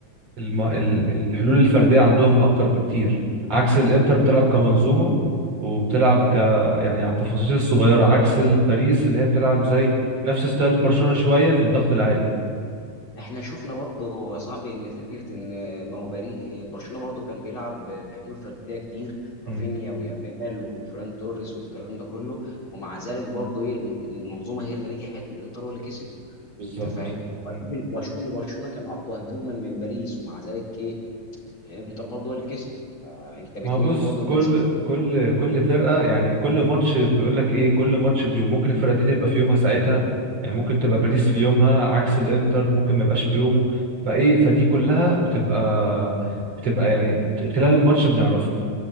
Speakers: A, on the right; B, on the left.
A: الم... ال- الحلول الفردية عندهم أكتر بكتير عكس الإنتر بتلعب
B: مين
A: كمنظومة وبتلعب ك
B: اه
A: يعني على التفاصيل الصغيرة عكس الباريس اللي هي بتلعب
B: طب
A: زي نفس ستايل برشلونة
B: شوف
A: شوية في الضغط العالي
B: احنا شفنا برضه يا صاحبي ان فكره ان ما هو بري برشلونه برضه كان بيلعب بحلول فرديه كتير
A: مم،
B: رافينيا ويامال وفران توريس والكلام ده كله ومع ذلك برضه ايه الم- المنظومه هي اللي نجحت والانتر هو اللي كسب
A: بالظبط
B: انت فاهم واشوف
A: مم،
B: واشوف ان برشلونه كان اقوى هجوما من باريس ومع ذلك ايه الانتر برضه هو اللي كسب فانت بتميل
A: ما هو بص
B: برضه
A: كل
B: لباريس في النهاية.
A: كل كل فرقة يعني كل ماتش بيقول لك ايه كل ماتش بيوم ممكن الفرقة دي تبقى في يومها ساعتها يعني ممكن تبقى باريس في يومها عكس الانتر ممكن ما يبقاش في يومه فايه فدي كلها بتبقى بتبقى يعني خلال الماتش بنعرفها